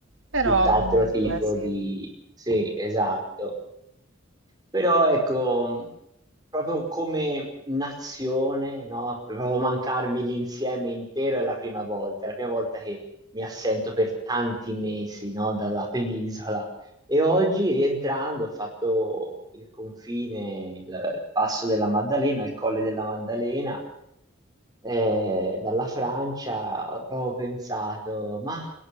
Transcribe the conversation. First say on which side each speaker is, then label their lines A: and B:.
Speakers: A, on the right; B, on the right.
A: Però
B: tutt'altro
A: comunque
B: tipo
A: sì,
B: di... Sì, esatto. Però ecco, mh, proprio come nazione, no? Proprio mancarmi l'insieme intero è la prima volta, è la prima volta che mi assento per tanti mesi, no? Dalla penisola. E oggi rientrando ho fatto il confine, il, il passo della Maddalena, il colle della Maddalena, eh, dalla Francia, ho proprio pensato, ma